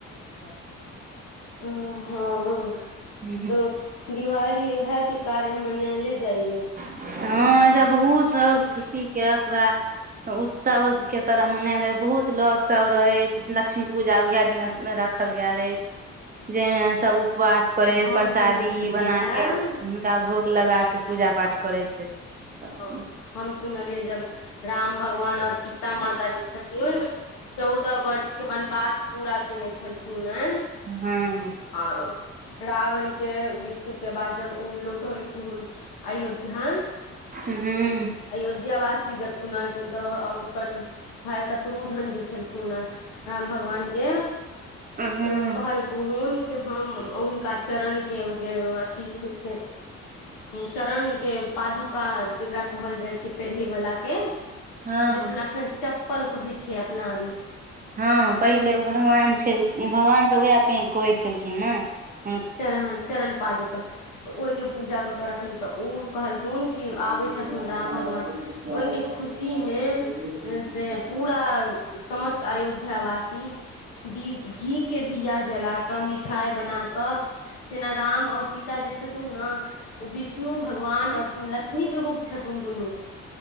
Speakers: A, on the left; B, on the right.
A: हो हो उ
B: ह
A: ऊ दिवाली उएहा के कारण मनायले जाइ अछि
B: हँ एहिजा बहुत खुशी के ओकरा। उत्सव के तरह मनायल जाय बहुत लोग सब रहे छै लक्ष्मी पूजा उएहा दिना राखल गेल अछि जाहिमे सब उपवास। उकरै
A: हम
B: प्रसादी
A: सुनने छलियै
B: बना के हुनका भोग लगा के पूजा पाठ करै छै हँ
A: हाँ हम सुनलियै जब राम भगवान अओर सीता माता जे छथिन चौदह वर्ष के वनवास पूरा केने छलखून ऐ
B: हँ
A: रावण के मृत्यु के बाद जब ओ लौटलखुन अयोध्या
B: हूँ
A: अयोध्या वासी जब सुनलखुन तऽ ओकर भाई शत्रुध्न जे छलखुन हैं राम भगवान के
B: हँ
A: ओ कहल। कुहुन कि हम हुनका चरणके ओ जे अथी होइ छै चरण के पादु का जेकरा कहल जाइ छै पेढ़े वाला के
B: हँ
A: जखन एखन पल्क कहै छीये अपना आरी ई
B: हँ पहिले भगवान छल भगवान सब उएह कहै छलखिन न
A: चरण चरण पादुका तऽ ओहिके पूजा कऽ के रखलु तऽ ओ कहलखुन कि आबै छथुन
B: अच्छा
A: राम भगवान। ओइ के खुशी में से पूरा समस्त अयोध्यावासी दीप घी के दिया जला कऽ मिठाई बना कऽ जेना राम और सीता सेह जे छथुन ने ओ विष्णु भगवान ओर लक्ष्मी के रूप छथुन दुनु